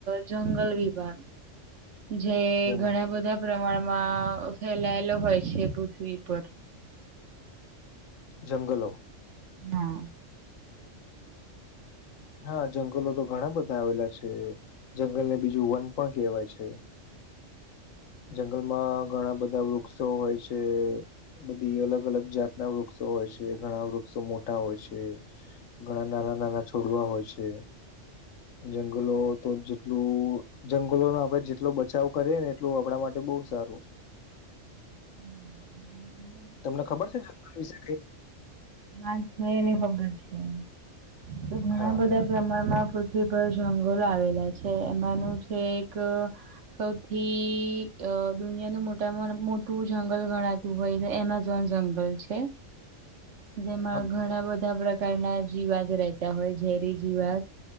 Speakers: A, on the right; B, on the left.
A: જ જંગલ વિભાગ
B: <inaudible>
A: જે
B: જંગ
A: ઘણા બધા પ્રમાણમાં ફેલાયેલો હોય છે પૃથ્વી પર
B: જંગલો
A: હા
B: હા જંગલો તો ઘણા બધા આવેલા છે. જંગલ ને બીજું વન પણ કહેવાય છે. જંગલમાં ઘણા બધા વૃક્ષો હોય છે. બધી અલગ અલગ જાત ના વૃક્ષો હોય છે ઘણા વૃક્ષો મોટા હોય છે. ઘણા નાના નાના છોડવા હોય છે જંગલો તો જેટલું જંગલો ન આપડે જેટલો બચાવ કરીએ ને એટલું આપણા માટે બહુ સારું
A: હ હઠઠ
B: તમને ખબર છે જંગલ વિશે કઈ
A: <unintelligible> એની ખબર છે તો ઘણા
B: હા
A: બધા પ્રમાણમાં <unintelligible> જંગલો આવેલા છે એમાંનું છે એક સૌથી અ દુનિયાનું મોટામાં મોટું જંગલ ગણાત-' દુબઈ એમેઝોન જંગલ છે. જેમાં
B: હા
A: ઘણા બધા પ્રકારના જીવાત રહેતા હોય ઝેરી જીવાત.